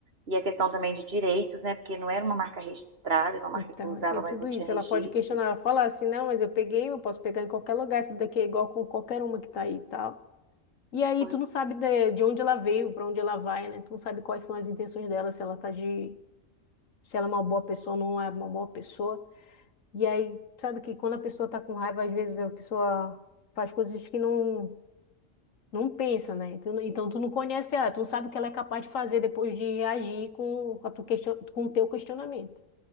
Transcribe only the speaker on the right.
E a questão também de direitos, né? Porque não era uma marca registrada, era uma marca
que eu usava,
mas
não
tinha registro.
Foi.